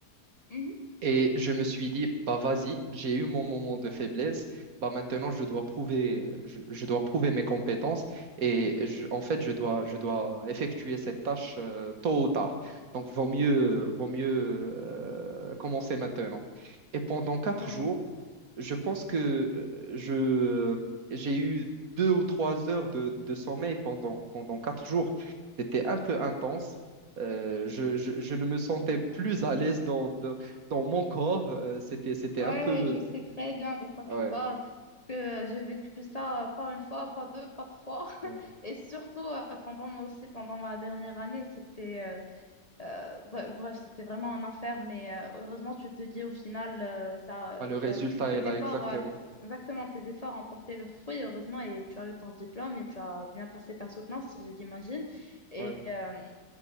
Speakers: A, on the left; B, on the right.
A: Mhm,
B: Et je me suis dit, bah vas-y, j'ai eu mon moment de faiblesse, bah maintenant je dois prouver, je, je dois prouver mes compétences et je- en fait je dois, je dois effectuer cette tâche euh, tôt ou tard. Donc vaut mieux, vaut mieux euh, commencer maintenant. Et pendant quatre
A: ouais.
B: jours, je pense que euh, je, j'ai eu deux ou trois heures de, de sommeil pendant, pendant quatre jours. C'était un peu intense. Euh, je, je, je ne me sentais plus à l'aise dans, dans, dans mon corps. Euh, c'était, c'était
A: Ouais,
B: un peu...
A: ouais, je sais très bien de quoi tu
B: Ouais,
A: parles, que euh, j'ai vécu ça euh, pas une fois, pas deux, pas trois, <laughs>
B: ouais.
A: et surtout euh, pendant moi aussi, pendant ma dernière année, c'était euh, euh, bre- bref, c'était vraiment un enfer, mais euh, heureusement, tu te dis au final, euh, ça, euh,
B: Bah, le résultat
A: bah, t- tes
B: est là,
A: efforts,
B: exactement.
A: euh, exactement, tes efforts ont porté leurs fruits, heureusement, et tu as eu ton diplôme et tu as bien passé ta soutenance, j'imagine, et,
B: Ouais.
A: euh,